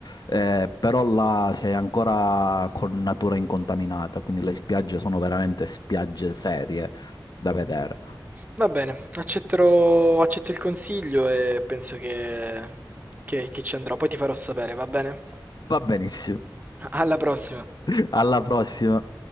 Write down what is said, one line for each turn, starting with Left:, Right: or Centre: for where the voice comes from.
Left: Eh, però là sei ancora con natura incontaminata, quindi le spiagge sono veramente spiagge serie da vedere.
Right: Va bene, accetterò, accetto il consiglio e penso che, che che ci andrò. Poi ti farò sapere, va bene?
Left: Va benissimo.
Right: Alla prossima.
Left: <laughs> Alla prossima.